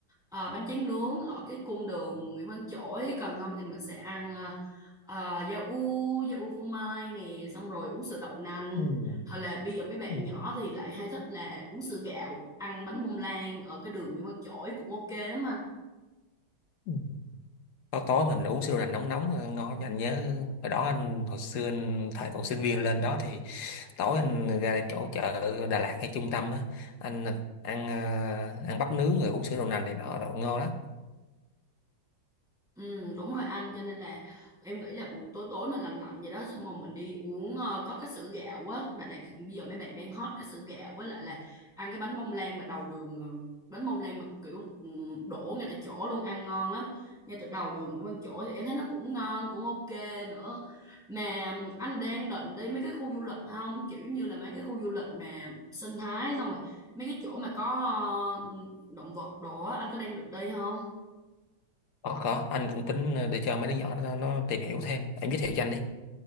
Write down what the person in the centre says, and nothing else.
ờ, bánh tráng nướng ở cái cung đường Nguyễn Văn Chỗi còn không thì mình sẽ ăn ờ, ờ, da u da u phô mai nè xong rồi uống sữa đậu nành
hoặc là bây giờ mấy bạn
nhỏ thì lại hay thích là uống sữa gạo ăn bánh bông lan ở cái đường Nguyễn Văn Chỗi cũng ok lắm anh
Ừ, đúng rồi anh cho nên là em nghĩ là buổi tối tối mà lạnh lạnh vậy đó xong rồi mình đi uống ờ, có cái sữa gạo á Đà Lạt thì bây giờ mấy bạn đang hot cái sữa gạo với lại là ăn cái bánh bông lan mà đầu đường ờ, bánh bông lan mà kiểu ừ, đổ ngay tại chỗ luôn ăn ngon lắm ngay từ đầu đường Nguyễn Văn Chỗi thì em thấy nó cũng ngon cũng ok nữa mà ừ, anh đang định đi mấy cái khu du lịch không kiểu giống như là mấy cái khu du lịch mà sinh thái xong rồi mấy cái chỗ mà có ờ, động vật đồ á anh có đang được đi không